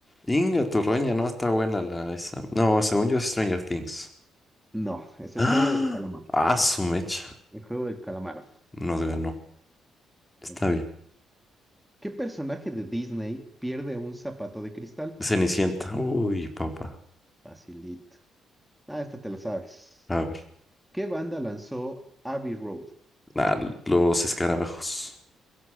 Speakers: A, on the left; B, in the centre.
A: Ingato, Roña, no está buena la esa. No, según yo es Stranger Things.
B: No, es el
A: ¡Ah!
B: juego del calamar.
A: Ah, su mecha.
B: El juego del calamar.
A: Nos ganó. Está
B: Ok.
A: bien.
B: ¿Qué personaje de Disney pierde un zapato de cristal?
A: Cenicienta. Uy, papá.
B: Facilito. Ah, esta te la sabes.
A: A ver.
B: ¿Qué banda lanzó Abbey Road?
A: Ah, los escarabajos.